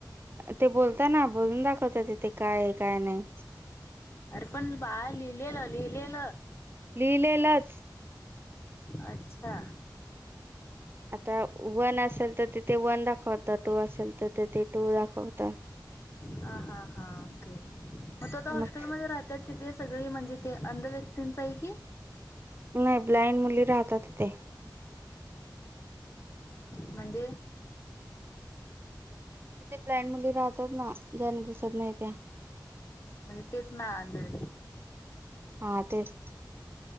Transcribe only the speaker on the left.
अरे पण बाळ लिहिलेल लिहिलेल
अच्छा
हा हा हा ओके मग त आता हॉस्टेलमध्येध्ये
राहतय तिथे सगळी म्हणजे ते अंध व्यक्तींचा आहे की
म्हणजे
म्हणजे तेच ना आंधळे